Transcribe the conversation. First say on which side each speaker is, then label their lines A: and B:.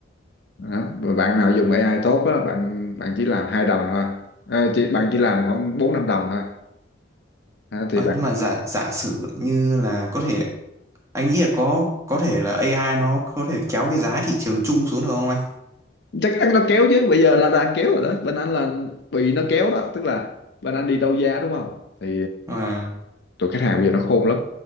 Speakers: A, on the left; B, on the right.
A: Đó. Và bạn nào dùng AI tốt á, bạn bạn chỉ làm hai đồng thôi Ờ, chỉ bạn chỉ làm khoảng bốn năm đồng thôi Đó, thì
B: Ờ,
A: bạn
B: Nhưng mà giả giả sử như là có thể anh nghĩ là có có thể là AI nó có thể kéo cái giá thị trường chung xuống được không anh?
A: chắc chắn nó kéo chứ bây giờ là đang kéo rồi đó bên anh là bị nó kéo đó tức là bên anh đi đấu giá đúng không thì
B: Vâng.
A: tụi khách hàng bây giờ nó khôn lắm